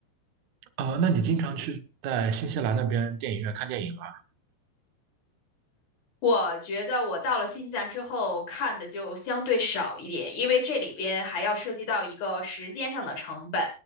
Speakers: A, on the right; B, on the left.
A: 呃，那你经常去在新西兰那边电影院看电影吗？
B: 我觉得我到了新西兰之后看的就相对少一点，因为这里边还要涉及到一个时间上的成本，